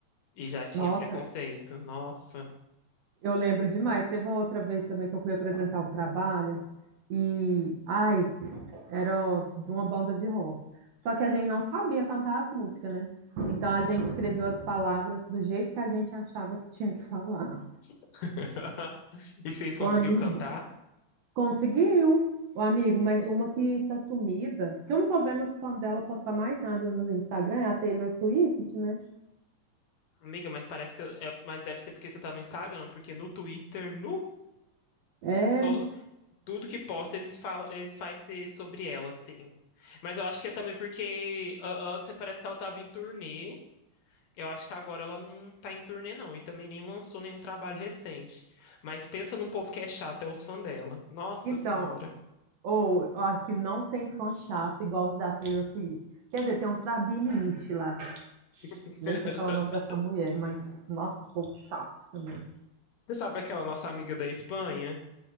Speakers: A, on the left (about 70°); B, on the right (about 70°).
A: E já tinha
B: Nossa,
A: preconceito. Nossa.
B: Eu lembro demais. Teve uma outra vez também que eu fui apresentar um trabalho e, ai, era de uma banda de rock. Só que a gente não sabia cantar as músicas, né? Então a gente escreveu as palavras do jeito que a gente achava que tinha que falar.
A: <laughs> E vocês conseguiu
B: O amigo
A: cantar?
B: conseguiu. O amigo, mas uma que tá sumida, que eu não tô vendo os fãs dela postar mais nada no Instagram, é a Taylor Swift, né?
A: Amiga, mas parece que. é- mas deve ser porque você tá no Instagram, porque no Twitter, no.
B: É.
A: to- tudo que posta eles falam, eles faz ser sobre ela, assim. Mas eu acho que é também porque a- antes parece que ela tava em turnê. Eu acho que agora ela não tá em turnê, não. E também nem lançou nenhum trabalho recente. Mas pensa num povo que é chato, é os fãs dela. Nossa
B: Então,
A: Senhora.
B: Ou eu acho que não tem fã chato igual os da Taylor Swift. Quer dizer, tem uns da Billie Eilish lá.
A: <laughs>
B: Nem sei falar o nome dessa mulher, mas nossa, povo chato também.
A: Você sabe aquela nossa amiga da Espanha?